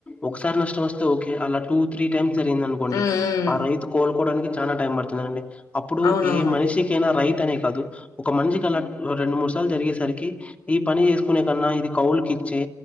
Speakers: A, on the left (about 20°); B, on the left (about 75°).
A: ఒకసారి నష్ట తోస్తే ఓకే అలా టూ త్రీ టైమ్స్ జరిగింది అనుకోండి
B: ఉమ్ ఉమ్
A: ఆ రైతు కోలుకోవడానికి చాలా టైం పడుతుందండి అప్పుడు
B: అవునవునండి
A: ఏ మనిషికైనా రైతు అనే కాదు ఒక మనిషికి అలా రెండు మూడు సార్లు జరిగేసరికి ఈ పని చేసుకునే కన్నా ఇది కౌలుకి ఇచ్చే